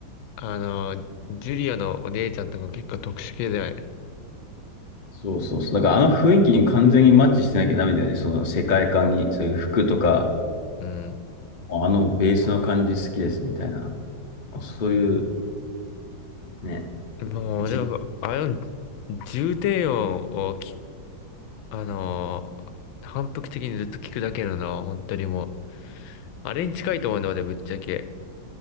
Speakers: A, on the left; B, on the left.
A: あの、ジュリアのお姉ちゃんとか結構特殊系だよね。
B: そうそうそう。だからあの雰囲気に完全にマッチしてなきゃダメだよね。その世界観に、そういう服とか、
A: うん。
B: あのベースの感じ好きですみたいな。そういう、ね。
A: もう、
B: じ、
A: でも、あの、重低音をき、あのー、反復的にずっと聞くだけのな、本当にもう。あれに近いと思うんだ、俺、ぶっちゃけ。